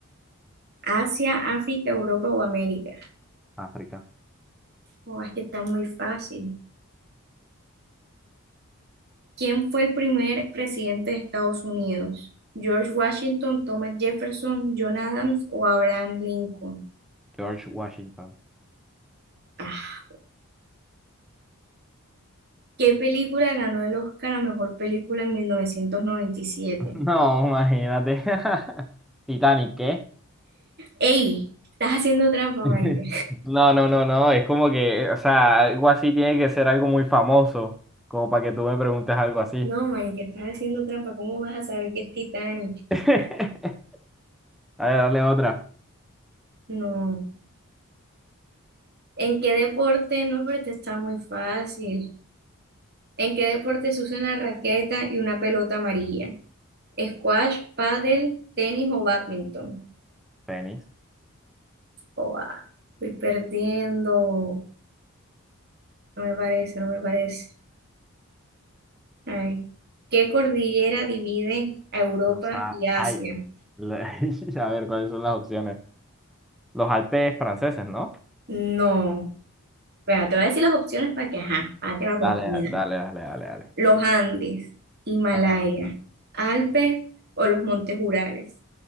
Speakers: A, on the right; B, in the centre.
A: ¿Asia, África, Europa o América?
B: África.
A: Oh, es que está muy fácil. ¿Quién fue el primer presidente de Estados Unidos? ¿George Washington, Thomas Jefferson, John Adams o Abraham Lincoln?
B: George Washington.
A: Ah, ¿qué película ganó el Oscar a mejor película en 1997?
B: No, imagínate. <laughs> Titanic, ¿qué?
A: ¡Ey! Estás haciendo trampa,
B: <laughs>
A: marica.
B: No, no, no, no. Es como que, o sea, algo así tiene que ser algo muy famoso, como para que tú me preguntes algo así.
A: No, marica, estás haciendo trampa. ¿Cómo vas a saber que es Titanic?
B: <laughs> A ver, dale otra.
A: No. ¿En qué deporte? No, pero esta está muy fácil. ¿En qué deporte se usa una raqueta y una pelota amarilla? ¿Squash, pádel, tenis o badminton?
B: Tenis.
A: Joa, estoy perdiendo. No me parece, no me parece. Ay. ¿Qué cordillera divide a Europa
B: Los a...
A: y Asia?
B: Ay, la- <laughs> a ver, ¿cuáles son las opciones? Los Alpes franceses, ¿no?
A: No. Espera, te voy a decir las opciones para que, ajá, para que la oportunidad.
B: Dale, dale, dale, dale, dale.
A: Los Andes, Himalaya,
B: Ajá.
A: Alpes o los Montes Urales.